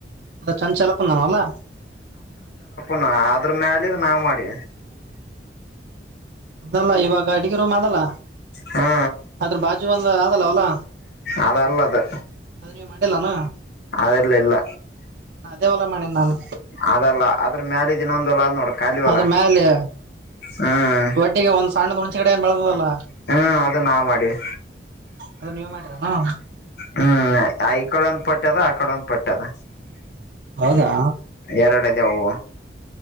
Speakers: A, on the right; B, on the left.
A: ಅ ಚಂಚಲಪ್ಪ ನವಲ್ಲ.
B: ಹ ಅದ್ರ ಮ್ಯಾಲ ನಾವ್ ಮಾಡಿ
A: ಅದಲ್ಲ ಇವಾಗ ಅಡಿಗೆ ರೂಮ್ ಅದಲ್ಲ
B: ಹಾ
A: ಅದ್ರ ಬಾಜು ಒಂದ ಅದಲ್ಲ ಹೊಲ
B: ಅದಲ್ಲದು
A: ಅದ ನೀವ್ ಮಾಡಿಲ್ಲಾನ
B: ಅದೆಲ್ಲ ಇಲ್ಲ
A: ಅದೇ ಹೊಲ ಮಾಡೇನ್ ನಾನು
B: ಅದಲ್ಲ ಅದ್ರ ಮ್ಯಾಲ ಇದಿನೊಂದು ಹೊಲ ನೋಡು ಖಾಲಿ ಹೊಲ,
A: ಅದ್ರ ಮ್ಯಾಲೆ
B: ಹ್ಮ್.
A: ಒಟ್ಟಿಗೆ ಒಂದ್ ಸಣ್ಣದ ಹುಣ್ಚಿ ಕಡೆ ಏನ್ ಬೆಳದದಲ್ಲ
B: ಹ್ಮ ಅದು ನಾವ್ ಮಾಡಿವಿ.
A: ಅದು ನೀವ್ ಮಾಡಿರೇನ್?
B: ಹ್ಮ್ ಈ ಕಡೆ ಒಂದ್ ಪಟ್ಟ್ಯದ, ಆ ಕಡೆ ಒಂದ್ ಪಟ್ಟ್ಯದ
A: ಹೌದಾ
B: ಎರಡದೇ ಹವು